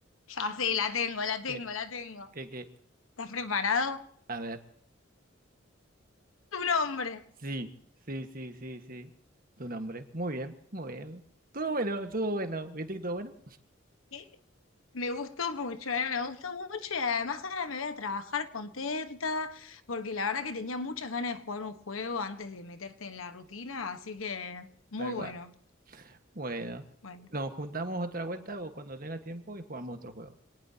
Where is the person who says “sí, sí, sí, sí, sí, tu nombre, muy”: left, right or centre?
Right